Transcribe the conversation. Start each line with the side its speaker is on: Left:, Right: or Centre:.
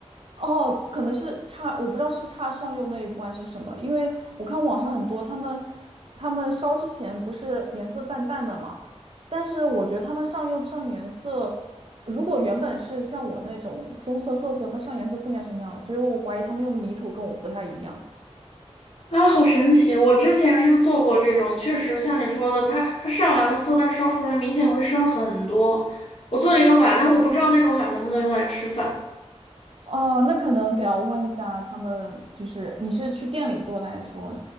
Right: 哦，可能是差，我不知道是差上釉那一步还是什么，因为我看网上很多他们，他们烧之前不是颜色淡淡的嘛，但是我觉得他们上釉上颜色，如果原本是像我那种棕色、褐色，它上颜色不应该是那样，所以我怀疑他们用的泥土跟我不太一样。
Left: 啊，好神奇！我之前是做过这种，确实像你说的，它它上完的色，但烧出来明显会深很多。我做了一个碗，但我不知道那种碗能不能用来吃饭。
Right: 哦，那可能得要问一下他们，就是你是去店里做的，还是说